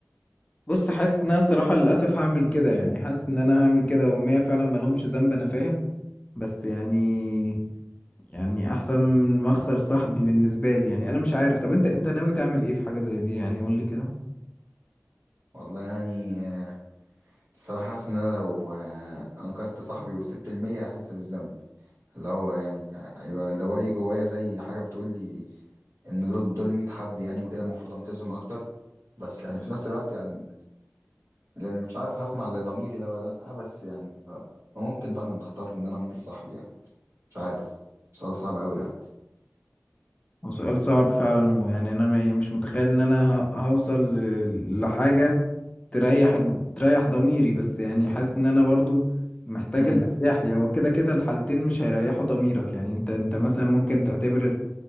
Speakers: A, on the left; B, on the right.
A: بص حاسس ان انا الصراحه للاسف هعمل كده يعني حاسس ان انا هعمل كده وما فعلا ملهمش ذنب انا فاهم بس يعني يعني احسن من ما اخسر صاحبي بالنسبه لي يعني انا مش عارف طب انت انت ناوي تعمل ايه في حاجه زي دي يعني قول لي كده
B: والله يعني الصراحة حاسس إن أنا لو آه، أنقذت صاحبي وسبت المية هحس بالذنب اللي هو يعني هيبقى اللي هو إيه جوايا زي حاجة بتقولي إن دول دول مية حد يعني وكده المفروض أنقذهم أكتر بس يعني في نفس الوقت يعني يعني مش عارف هسمع لضميري ده ولا لأ بس يعني ممكن فعلا نختار إن أنا أنقذ صاحبي يعني مش عارف سؤال صعب أوي يعني
A: هو سؤال صعب فعلا ويعني انا ما- مش متخيل ان انا ه- هوصل ل- لحاجه تريح تريح ضميري بس يعني حاسس ان انا برضو محتاج
B: امم
A: الاريح لي هو كده كده الحالتين مش هيريحوا ضميرك يعني انت انت مثلا ممكن تعتبر